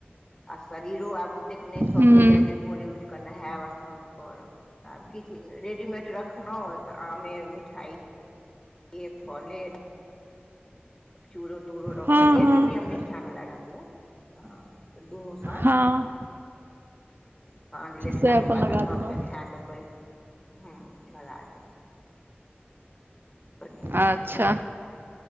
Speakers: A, on the left (about 20°); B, on the right (about 60°).
A: आ शरीरो आब ओतेक नहि सकैया
B: हूँ
A: जे भोरे उठि क के नहायब आ तहन करब आब किछु रेडीमेड रखलहुँ आमे मिठाइ। ये फले। चूरो तूड़ो रहल
B: हँ
A: जे
B: हँ
A: चीज नियम निष्ठा वला रहलै। हँऽ त दुनू साँझ।
B: हाँ।
A: साँझ लेसलाके
B: से अपन
A: बाद
B: लगा
A: अपना
B: देलहुँ
A: सभके खाए स पहि। हूँ भरा देब पन्नी।
B: अच्छा।